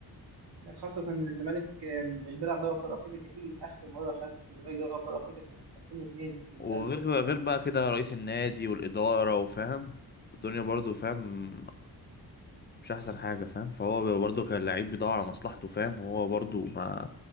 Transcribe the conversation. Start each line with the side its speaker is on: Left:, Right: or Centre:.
Right: خاصة إن الزمالك آه، مش بيلعب دوري أبطال أفريقيا كتير آخر مرة خد الزمالك دوري أبطال أفريقيا كان 2002 من
Left: وغير
Right: زمن
Left: كده- غير بقى كده رئيس النادي والاداره وفاهم الدنيا برضه فاهم مش احسن حاجه فاهم فهو برضه كان لعيب بيدور على مصلحته فاهم وهو برضه ما